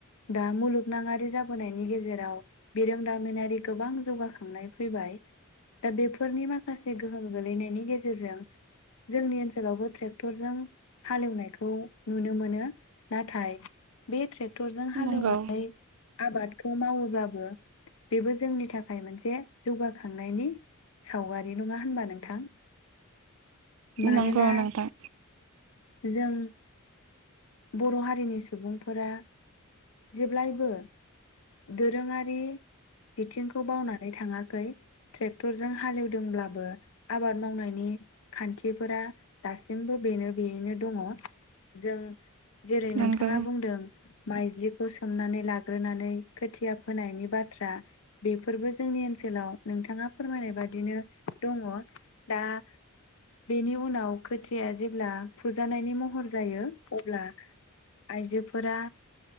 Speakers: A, on the left (about 65°); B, on the right (about 70°).
A: दा मुलुगनांङारि जाबोनायनि गेजेराव बिरोंदामिनारि गोबां जौगा खांनाय फैबाय। दा बेफोरनि माखासे गोहोम गोलैनायनि गे जेरजों जोंनि ओनसोलावबो ट्रेक्टरजों हालेवनायखौ नुनो मोनो नाथाय बे ट्रेग क्टरजों हालौवनाय
B: नंगौ
A: आबाद खौ मावोबाबो बेबो जोंनि थाखाय मोनसे जौगाखांनायनि सावगारि नंङा होनबा नोंथां? मानोना
B: नंगौ नोंथां।
A: जों बर' हारिनि सुबुंफोरा जेब्लायबो दोरोंङारि बिथिंखौ बावनानै थांङाखै ट्रेक्टरजों हालेवदोंब्लाबो आबाद मावनायनि खान्थिफोरा दासिमबो बेनो बेयैनो दंङ जों जेरै नोंथांङा
B: नंगौ
A: बुंदों माइज्लिखौ सोमनानै लाग्रोनानै खोथिया फोनायनि बाथ्रा बेफोरबो जोंनि ओनसोलाव नोंथांङा फोरमायनाय बादिनो दंङ दा बेनि उनाव खोथियाया जेब्ला फुजानायनि महर जायो अब्ला आइजोफोरा